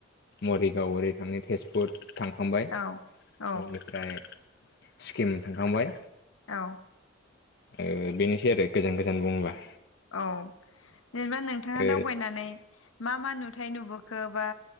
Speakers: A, on the left (about 55°); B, on the left (about 85°).
A: मरिगाव ओरै थांनो तेजपुर थांखांबाय।
B: औ औ
A: बेनिफ्राय सिक्किम थांखांबाय।
B: औ।
A: ओ बेनोसै आरो गोजान गोजान बुङोबा।
B: औ। जेनेबा नोंथाङा
A: ओ
B: दावबायनानै मा मा नुथाय नुबोखो बा